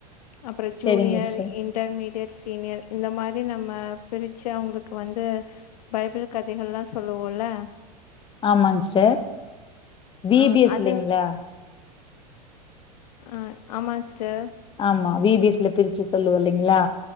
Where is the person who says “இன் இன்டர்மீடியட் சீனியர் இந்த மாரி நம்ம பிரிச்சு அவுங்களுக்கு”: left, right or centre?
Left